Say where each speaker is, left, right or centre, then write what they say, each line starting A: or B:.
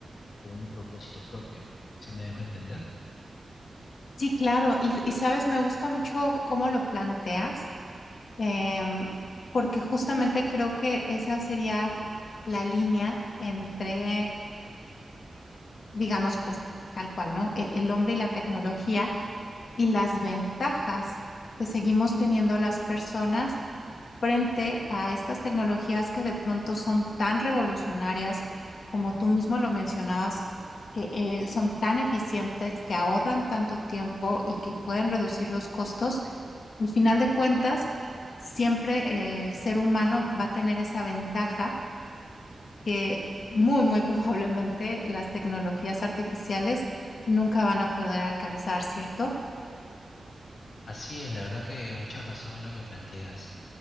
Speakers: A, on the left; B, on the left.
A: con un propósito propio. ¿Sí me dejo entender?
B: Sí, claro. Y, y sabes, me gusta mucho cómo lo planteas em, porque justamente creo que esa sería la línea entre, digamos, pues tal cual, ¿no? El, el hombre y la tecnología y las ventajas que seguimos teniendo las personas frente a estas tecnologías que de pronto son tan revolucionarias, como tú mismo lo mencionabas, que eh, son tan eficientes, que ahorran tanto tiempo y que pueden reducir los costos al final de cuentas, siempre eh, el ser humano va a tener esa ventaja que muy, muy <laughs> probablemente las tecnologías artificiales nunca van a poder alcanzar, ¿cierto?
A: Así es, la verdad que mucha razón en lo que planteas.